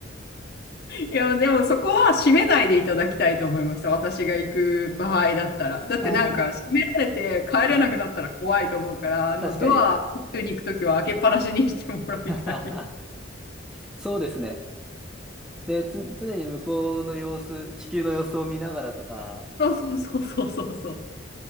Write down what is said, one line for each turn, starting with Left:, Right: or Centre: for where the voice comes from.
Left: いや、でもそこは閉めないでいただきたいと思いました。私が行く場合だったら。だってなんか、
Centre: あ
Left: 閉められて帰れなくなったら怖いと思うから、
Centre: あ、はい
Left: あの、
Centre: 確かに。
Left: ドア、宇宙に行くときは開けっぱなしにしてもらいたい。
Centre: <laughs> そうですね。で、つ、常に向こうの様子、地球の様子を見ながらとか、
Left: <laughs> そうそうそうそうそうそう。